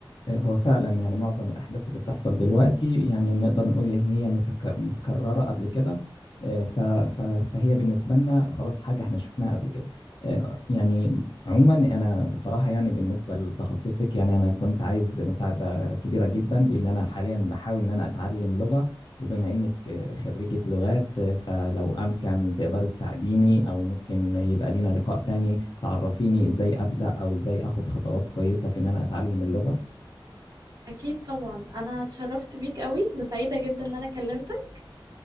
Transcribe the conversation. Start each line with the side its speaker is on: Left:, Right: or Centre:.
Left: آه، هو فعلا يعني معظم الأحداث اللي بتحصل دلوقتي يعني نقدر نقول إن هي متك- متكررة قبل كده آه، ف- ف- فهي بالنسبة لنا خلاص حاجة احنا شفناها قبل كده آه، يعني عموما أنا بصراحة يعني بالنسبة لتخصصك يعني أنا كنت عايز مساعدة كبيرة جدا لأن أنا حاليا بحاول إن أنا أتعلم لغة وبما إنك آه، خريجة لغات آه، فلو أمكن تقدري تساعديني أو ممكن يبقى لينا لقاء تاني تعرفيني إزاي أبدأ أو إزاي أخد خطوات كويسة في إن أنا أتعلم اللغة
Right: أكيد طبعا أنا اتشرفت بيك قوي وسعيدة جدا إن أنا كلمتك